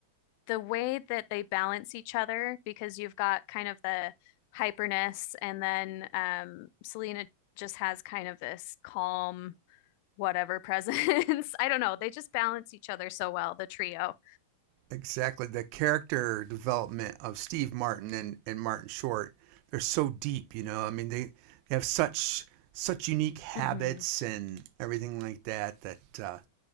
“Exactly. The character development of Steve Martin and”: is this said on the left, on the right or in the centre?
Right